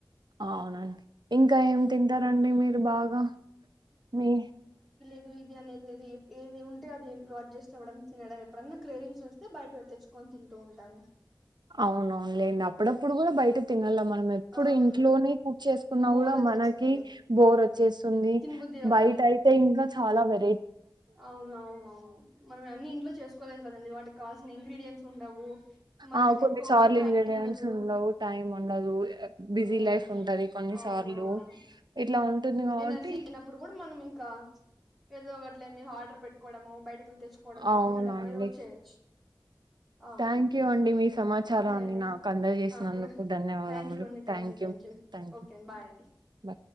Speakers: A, on the right; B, in the centre.
A: అవునండి ఇంకా ఏం తింటారండి మీరు బాగా మీ
B: ఇది ఇది అనేది లేదు ఎద్ ఏది ఉంటే అది ఇంట్లో అడ్జస్ట్ అవ్వడం తినడం ఎప్పుడన్నా క్రేవింగ్స్ వస్తే బయట తెచ్చుకొని తింటూ ఉంటాను
A: అవునవునులేండి అప్పుడప్పుడు కూడా బయట తినాల మనం ఎప్పుడు
B: అవును
A: ఇంట్లోనే కూక్చేసు కున్నా
B: బోర్
A: కూడా
B: వచ్చేస్తుంది
A: మనకీ బోర్ వచ్చేసుంది
B: తినబుద్ధి అవ్వదు
A: బయట అయితే ఇంకా చాలా వె
B: అవునవునవును మనం అన్ని ఇంట్లో చేసుకోలెం కదండీ వాటికి కావలసిన ఇంగ్రెడియెంట్స్ ఉండవు మనకి
A: ఆ కొన్ని
B: ఒకసారి
A: సార్లు
B: టైం
A: ఇంగ్రెడియెంట్స్
B: ఉండదు
A: ఉండవు టైమ్ ఉండదు బిజీ
B: ఉమ్
A: లైఫ్ ఉంటది కొన్నిసార్లు
B: అవునవును
A: ఇట్లా ఉంటుంది కాబట్టి
B: ఎనర్జీ లేనప్పుడు కూడా మనమింక ఆ ఏదో ఒకటిలేండి ఆర్డర్ పెట్టుకోవడమో బయటకెళ్ళి తెచ్చుకోవడమో
A: అవునండి
B: తినడమో ఏదో ఒకటి చేయొచ్చు అవునండి
A: థ్యాంక్ యూ అండి మీ సమాచారాన్ని
B: ఓకే అండి
A: నాకు అందజేసినందుకు
B: నాకూడా
A: ధన్యవాదములు
B: థాంక్యూ అండి thank you
A: thank
B: thank you
A: you thank
B: okay అండి బాయ్ అండి
A: యూ